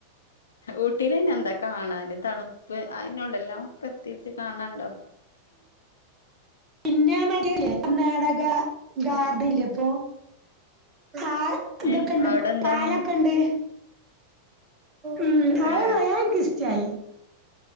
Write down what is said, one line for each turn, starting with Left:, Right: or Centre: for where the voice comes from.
Left: ഊട്ടില് അയ്നെന്താ കാണാന് തണുപ്പ് അയ്നൊള്ളെല്ലോ പ്രത്യേകിച്ച് കാണാണ്ടോ
Right: പിന്നെ ആ മറ്റേ കർണാടക ഗാർഡൻല്ലെ
Left: ഉം
Right: പ്പൊ ആ ഇതൊക്കെണ്ട്
Left: ഏ അവിടെന്താ
Right: പാലൊക്കെണ്ട്
Left: കാണ
Right: ഉം ആ
Left: ഏ
Right: അയ്ൻക് ഇഷ്ടായി